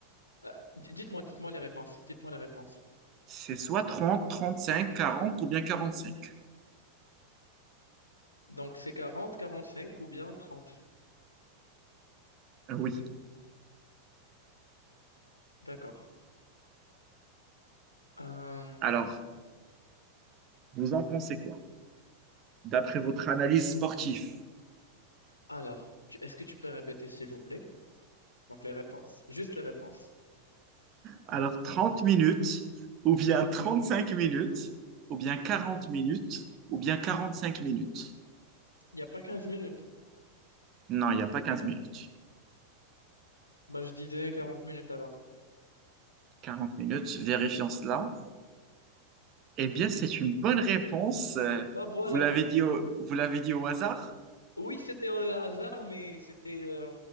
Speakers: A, on the left; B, on the right.
A: Euh, d- dites-moi, dites-moi les réponses. Dites-moi les réponses.
B: C'est soit trente, trente-cinq, quarante ou bien quarante-cinq.
A: Donc, c'est quarante quarante-cinq ou bien trente
B: Euh, Oui.
A: D'accord. Euh,
B: Alors, vous en pensez quoi? D'après votre analyse sportive.
A: alors, tu- est-ce que tu peux répéter, s'il vous plaît? Donc, les réponses. Juste les réponses.
B: Alors, 30 minutes ou bien 35 minutes ou bien 40 minutes ou bien 45 minutes.
A: Il n'y a pas 15 minutes.
B: Non, il n'y a pas 15 minutes.
A: Bah, je disais 40 minutes alors.
B: 40 minutes, vérifions cela. Eh bien, c'est une bonne réponse. Euh,
A: Bah, voilà.
B: Vous l'avez dit au- vous l'avez dit au hasard?
A: Oui, c'était au hasard, mais c'était... euh,